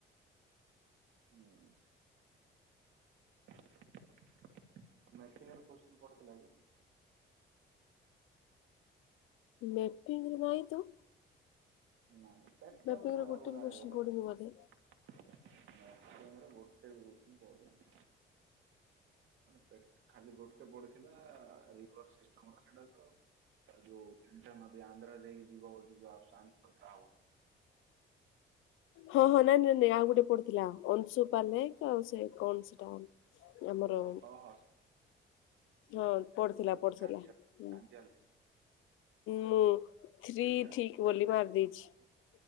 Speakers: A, on the right; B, on the left.
A: ହୁଁ। <unintelligible> କୋଶ୍ଚିନ୍ ପଡ଼ିଥିଲା କି?
B: ମେଫିଙ୍ଗ ରୁ ନାଇ ତ।
A: ନାଇଁ ପ୍ୟାଟ୍ରନ
B: ମ୍ୟାପିଂରେ
A: ପୁରା
B: ଗୋଟେ
A: ଅଲଗା
B: ବି କୋଶ୍ଚିନ୍
A: ହେଇଗଲାରେ।
B: ପଡିନି ବୋଧେ।
A: ମ୍ୟାଫିଙ୍ଗ ର ଗୋଟେ ବି କୋଶ୍ଚିନ୍ ପଡିନି। ମାନେ ପେଟ୍ ଖାଲି ଗୋଟେ ପଡିଥିଲା ରିଗର୍ ସିଷ୍ଟମ୍ ର ସେଟା ତ ଆଉ ଯୋଉ <unintelligible> ନଦୀ ଆନ୍ଧ୍ରା ଦେଇଯିବ ବୋଲି ଯୋଉ ଆଉ ଚାନ୍ସ କଥା ହବ।
B: ହଁ ହଁ ନାଇଁ ନାଇଁ ନାଇଁ ଆଉ ଗୋଟେ ପଡିଥିଲା ଅଂଶୁପା ଲେକ୍ ଆଉ ସେ କଣ ସେଟା ଆମର
A: ହଁ ହଁ
B: ହଁ ପଡିଥିଲା ପଡିଥିଲା
A: କାଞ୍ଜିଆ
B: ହୁଁ।
A: କାଞ୍ଜିଆ
B: ମୁଁ ଥ୍ରୀ
A: ଦି ତିନିଟା
B: ଠିକ୍ ବୋଲି
A: ନାଇଁ
B: ମାରଦେଇଛି।